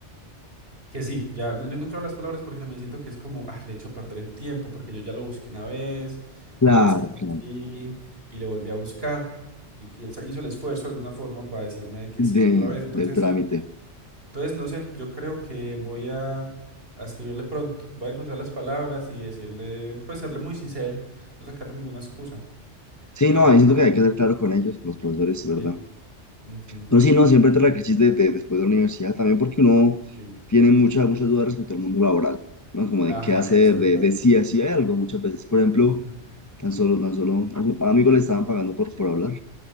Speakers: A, on the right (about 55°); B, on the left (about 20°).
A: Que sí, ya no, no he encontrado las palabras porque también siento que es como, ah, le echo a perder el tiempo porque yo ya lo busqué una vez,
B: Claro,
A: me desaparecí
B: claro.
A: y lo volví a buscar y, que él sa- hizo el esfuerzo de alguna forma para decirme que
B: De,
A: sí otra vez. Entonces,
B: del trámite.
A: entonces no sé, yo creo que voy a, a escribirle pronto, voy a encontrar las palabras y decirle, pues serle muy sincero, no sacar ninguna excusa.
B: Sí,
A: Vamos
B: no,
A: a ver
B: ahí
A: qué
B: siento
A: pasa.
B: que hay que ser claro con ellos, con los profesores, ¿verdad?
A: Sí. ujú.
B: No, sí, no, siempre te la crisis de, de- después de la universidad, también porque uno
A: Sí.
B: tiene mucha, muchas dudas respecto al mundo laboral, ¿no? Como de
A: Ajá,
B: qué hacer,
A: es verdad.
B: de, de si así hay algo muchas veces. Por ejemplo,
A: Ujú.
B: tan solo, tan solo, a un amigo le estaban pagando por, por hablar